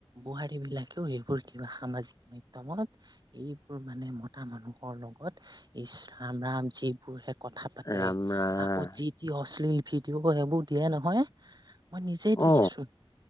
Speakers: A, on the right; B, on the left.
A: বোৱাৰী বিলাকেও এইবোৰ কিবা সামাজিক মাধ্যয়মত এইবোৰ মানে মতা মানুহক লগত ইচ ৰাম ৰাম যিবোৰ কথা পাতে
B: ৰাম ৰাম
A: আকৌ যি যি অশ্লীল ভিডিঅ' সেইবোৰ দিয়ে নহয় মই নিজেই দেখিছো
B: অ